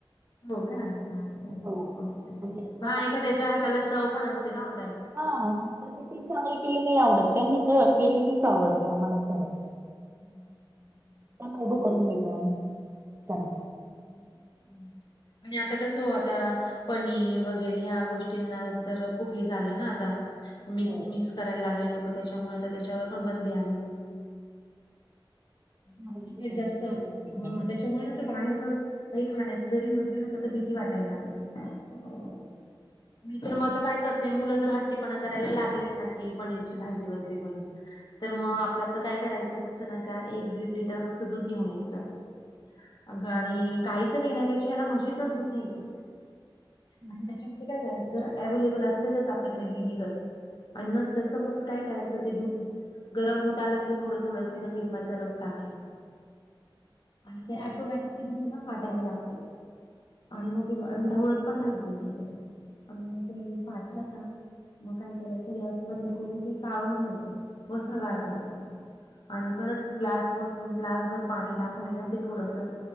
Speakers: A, on the left; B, on the right.
A: हो का अच्छा अच्छा
B: हो म्हणजे
A: ओके ओके
B: स्वतःपेक्षा
A: हा एखाद्याच्या हाताला चव पण असते ना हो ताई.
B: हां <unintelligible> चांगली केले नाही आवडत त्यांनी तर केलेलीच आवडते आम्हाला परत.
A: <inaudible>
B: त्यांला उद्या करून देतो आम्ही करा.
A: <inaudible> आणि आता कसं हो आता पनीर वगैरे या गोष् टिंना
B: हो
A: तर खूप हे झालं ना आता मीक
B: हो
A: मिक्स कराय लागले लोकं त्याच्यामुळे आता त्याच्यावर पण बंदी आली.
B: फारच
A: डुप्लिकेट
B: घोटाळे
A: जास्त
B: चालू
A: हा
B: आहे सगळीकडे
A: त्याच्यामुळे ना ते बाहेरच काही खाण्याच जरी म्हंटलं ना तर भीती वाटायला लागली.
B: हो हो.
A: मी तर म आता काय करते मुलं जर हट्टीपणा करायला लागलेत ना की पनीरची भाजी वगैरे बनव तर म
B: हम्म
A: आपला काय करायचं मस्त ना का एक दीड लिटर मस्त दूध घेऊन यायचं अगं आणि गाईचं घेण्यापेक्षा मशीचाच दूध घ्यायचं.
B: पाणी
A: आणि त्याच्यामध्ये काय करायचं जर अव्लेबल असेलच आपल्याकडे विनिगर अन् नसलं तर मग काय करायचं ते दूध. गरम होत आला की थोडं थोडस लिंबाचा रस टाकायचा आणि ते ऑटोमॅटिकली दूधेन फाटायला लागतं आणि म ते ढवळत पण राहा एकीकडे अन म ते फाटलं का म काय करायचं गॅस बंद करून ते गाळून घ्यायचं, वस्त्र गाळ करायचं आणि परत ग्लास मध ग्लासभर पाणी टाकून ये ना ते थोडसं